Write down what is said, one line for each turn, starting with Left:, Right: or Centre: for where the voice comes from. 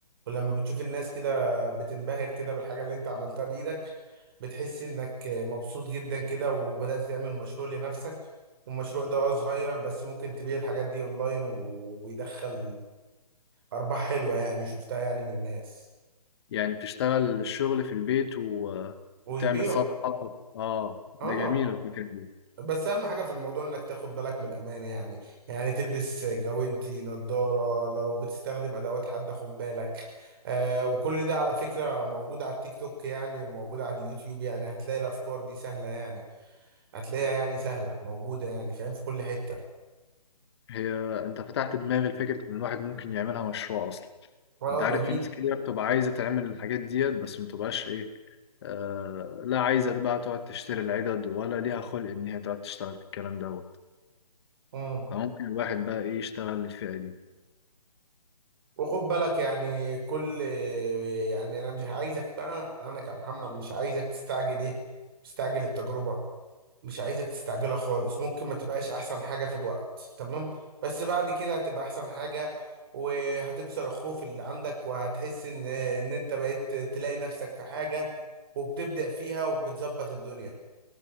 Right: ولما بتشوف الناس كده بتنبهر كده بالحاجة اللي انت عملتها بايدك بتحس انك مبسوط جدا كده وبدأت تعمل مشروع لنفسك والمشروع ده اه صغير بس ممكن تبيع الحاجات دي اونلاين وبيدخل ارباح حلوة يعني شفتها يعني من الناس
Left: يعني بتشتغل الشغل في البيت و...
Right: ويبيعوا
Left: وتعمل صفحة اه ده
Right: اه
Left: جميل الفكرة دي
Right: بس اهم حاجه في الموضوع انك تاخد بالك من الامان يعني يعني تلبس جوانتي نظاره لو بتستخدم ادوات حد خد بالك آه وكل ده على فكره موجود على التيك توك يعني وموجود على اليوتيوب يعني هتلاقي الافكار دي سهله يعني هتلاقيها يعني سهله موجوده يعني فاهم في كل حته
Left: هي انت فتحت دماغي لفكرة ان الواحد ممكن يعملها مشروع اصلا
Right: اه
Left: انت عارف
Right: جميل
Left: في ناس كتير بتبقى عايزة تعمل الحاجات ديت بس ما بتبقاش ايه آه لا عايزة بقى تقعد تشتري العدد ولا ليها خلق ان هي تقعد تشتغل في الكلام دوت
Right: امم
Left: فممكن الواحد بقى ايه يشتغل للفئة دي
Right: وخد بالك يعني كل يعني انا مش عايزك بقى انا كمحمد مش عايزك تستعجل ايه تستعجل التجربه مش عايزك تستعجلها خالص ممكن ما تبقاش احسن حاجة في الوقت تمام بس بعد كده هتبقى احسن حاجة وهتكسر الخوف اللي عندك وهتحس ان ان انت بقيت تلاقي نفسك في حاجة وبتبدأ فيها وبتظبط الدنيا